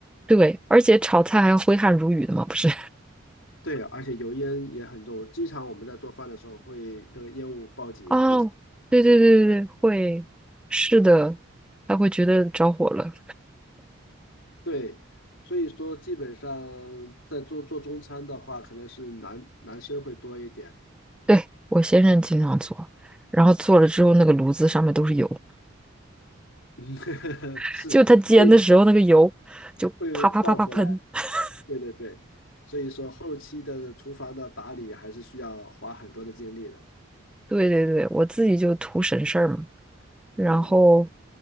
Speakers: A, in the centre; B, on the left.
A: 对，而且炒菜还要挥汗如雨的嘛，不是？
B: 对，而且油烟也很重。经常我们在做饭的时候会那个烟雾报警会，
A: <laughs> 哦，对对对对对，会，是的，他会觉得着火了。
B: 对，所以说基本上在做做中餐的话，可能是男男生会多一点，
A: 对，我先生经常做，然后做了之后，那个炉子上面都是油，
B: <laughs>
A: <laughs>
B: 是，
A: 就他煎的时候，
B: 会
A: 那个油就啪啪啪啪喷。
B: 会爆出来。
A: <laughs>
B: 对对对，所以说后期的厨房的打理还是需要花很多的精力的，
A: 对对对，我自己就图省事儿嘛，然后
B: 嗯，